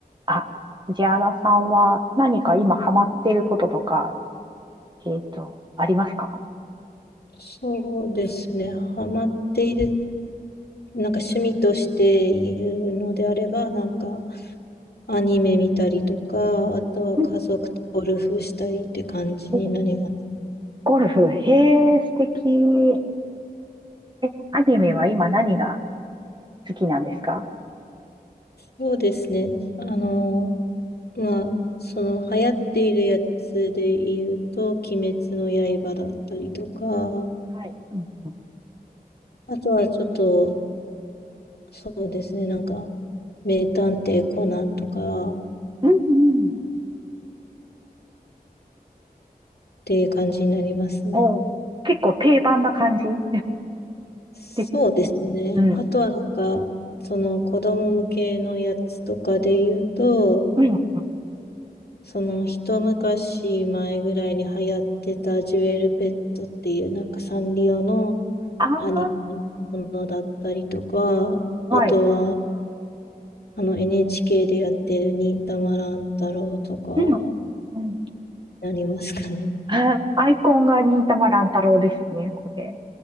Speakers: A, on the right; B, on the left.
A: あ、藤原さんは何か今ハマってることとか、えっと、ありますか
B: そうですね。ハマっている、なんか趣味として言うのであれば、なんかアニメ見たりとか、あとは家族とゴルフしたりって感じになりますね。
A: うんおゴルフ、へえ、素敵。え、アニメは今何が好きなんですか
B: そうですね。あの、まあ、その流行っているやつで言うと、鬼滅の刃だったりとか、
A: はい。うんうん、
B: あとはちょっと、そうですね、なんか、名探偵コナンとかっ
A: うんうん
B: ていう感じになりますね。
A: お結構定番な感じ
B: そうですね。
A: ですよね。うん。
B: あとはなんか、その子供向けのやつとかで言うと、
A: うんうん。
B: その一昔前ぐらいに流行ってたジュエルペットっていうなんかサンリオの
A: あ
B: アニメのものだったりとか、
A: あ、
B: あとは
A: はい。
B: あの NHK でやってる忍たま乱太郎とか
A: うん。うん。
B: なりますかね。
A: あ、アイコンが忍たま乱太郎ですよね、これ。